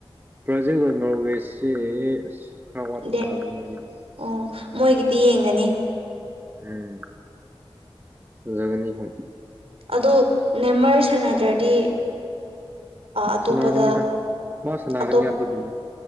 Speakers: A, on the right; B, on the right.
A: ꯄ꯭ꯔꯣꯖꯦꯛꯗ ꯅꯣꯔꯋꯦꯁꯁꯦ ꯑꯁ ꯈꯔ ꯋꯥꯠꯄ
B: ꯗꯦꯠ
A: ꯃꯥꯜꯂꯦ ꯃꯣꯏꯒꯤꯗꯤ
B: ꯑꯣ ꯃꯣꯏꯒꯤꯗꯤ ꯌꯦꯡꯒꯅꯤ
A: ꯎꯝ ꯖꯒꯅꯤ ꯍꯣꯢ
B: ꯑꯗꯨ ꯅꯦꯝꯃꯔ ꯁꯥꯟꯅꯗ꯭ꯔꯗꯤ ꯑꯇꯣꯞꯄꯗ
A: ꯁꯥꯟꯅꯒꯅꯤꯗ ꯃꯥ ꯁꯥꯟꯅꯒꯅꯤ
B: ꯑꯇꯣꯞ
A: ꯑꯗꯨꯗꯤ